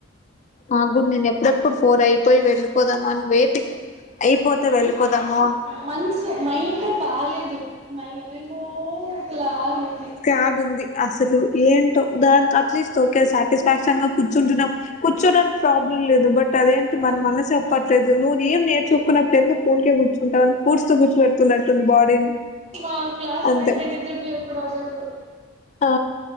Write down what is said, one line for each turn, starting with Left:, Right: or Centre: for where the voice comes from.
Left: ఆగు నేను ఎప్పుడెప్పుడు ఫోర్ అయిపోయి వెళ్ళిపోదామా అని వెయిటింగ్ అయిపోతే వెళ్ళిపోదాము
Right: మన్సు మైండే బాలేదు మై ఏమో ఒకలాగుంది
Left: క్యాగ్ ఉంది అసలు ఏంటో దానికి అట్లీస్ట్ ఓకె సాటిస్ఫాక్షన్ గా కూర్చుంటున్నా కూర్చోడానికి ప్రాబ్లం లేదు బట్ అదేంటి మన మనసు చెప్పట్లేదు నువ్ ఏం నేర్చుకోకున్నప్పుడు ఎందుకు పూన్కే కూర్చుంటావ కూడ్స్ తో కూర్చో పెడుతున్నట్టుంది బాడీని
Right: మా క్లాస్లో
Left: అంతే
Right: అయితే నిద్ర పోయేకి కూడా వదలరు
Left: ఆ